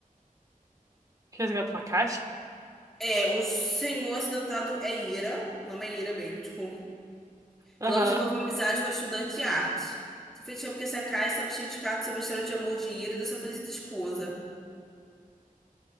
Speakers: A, on the right; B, in the centre.
A: Resgata uma caixa?
B: É, o senhor acidentado é Ira. O nome é Ira mesmo, tipo, Clã
A: Aham.
B: desenvolve uma amizade com a estudante de arte. Sofia descobre que essa casa estava cheia de cartas sobre a história de amor de Ira e da sua falecida esposa.